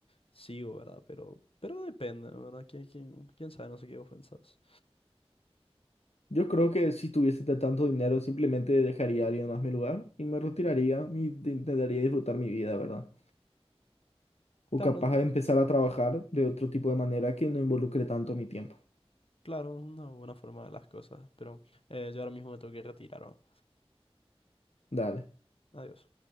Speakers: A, on the left; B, on the left.
A: sigo, ¿verdad? Pero, pero depende, ¿verdad? ¿Quién, quién, quién sabe? No sé qué vos pensás.
B: Yo creo que si tuviese de tanto dinero, simplemente dejaría a alguien más mi lugar y me retiraría y te- intentaría disfrutar mi vida, ¿verdad?
A: Claro,
B: O capaz de empezar a trabajar de otro tipo de manera que no involucre tanto mi tiempo.
A: Claro, una buena forma de las cosas, pero eh, yo ahora mismo me tengo que retirar, ¿no?
B: Dale.
A: Adiós.